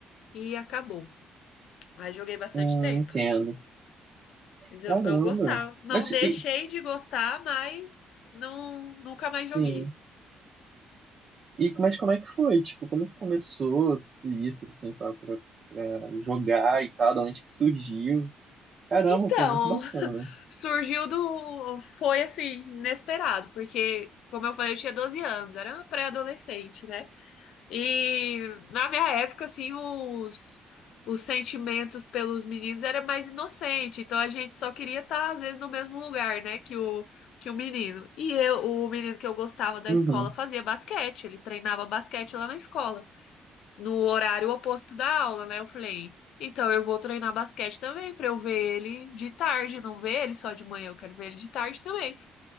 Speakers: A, on the left; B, on the right.
A: e acabou. Mas joguei bastante
B: Hum,
A: tempo.
B: entendo.
A: Mas
B: Caramba.
A: eu, eu gostava. Não
B: Mas,
A: deixei
B: e-
A: de gostar, mas não, nunca mais
B: sim.
A: joguei.
B: E, mas como é que foi? Tipo, como que começou tudo isso, assim, pra, pra, pra jogar e tal? De onde que surgiu? Caramba,
A: Então,
B: pô, muito bacana.
A: surgiu do. Foi assim, inesperado, porque, como eu falei, eu tinha 12 anos, era uma pré-adolescente, né? E na minha época, assim, os, os sentimentos pelos meninos era mais inocente. Então a gente só queria estar, às vezes, no mesmo lugar, né, que o, que o menino. E eu, o menino que eu gostava da
B: Uhum.
A: escola fazia basquete. Ele treinava basquete lá na escola, no horário oposto da aula, né? Eu falei, então eu vou treinar basquete também, pra eu ver ele de tarde, não ver ele só de manhã, eu quero ver ele de tarde também.